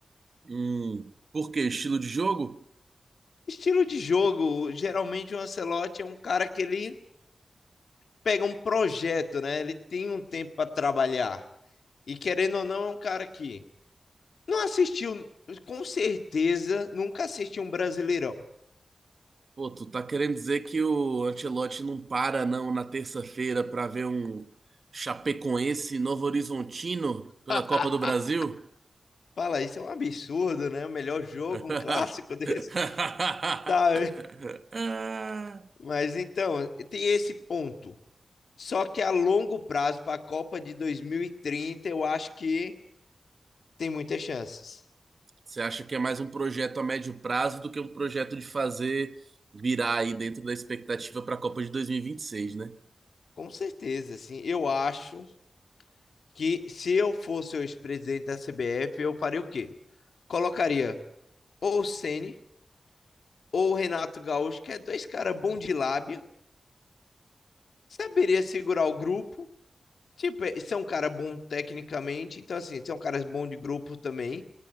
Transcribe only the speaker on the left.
Estilo de jogo, geralmente o Ancelotti é um cara que ele pega um projeto, né? Ele tem um tempo para trabalhar. E querendo ou não, é um cara que não assistiu, com certeza, nunca assistiu um Brasileirão.
<laughs>
Fala, isso é um absurdo, né? O melhor jogo,
um clássico <laughs> desse. Tá, mas então, tem esse ponto. Só que a longo prazo, para a Copa de 2030, eu acho que tem muitas chances.
Com certeza, assim. Eu acho que se eu fosse o ex-presidente da CBF, eu faria o quê? Colocaria ou o Ceni ou o Renato Gaúcho, que é dois caras bons de lábia, saberia segurar o grupo Tipo, é- você é um cara bom tecnicamente, então assim, você é um cara bom de grupo também.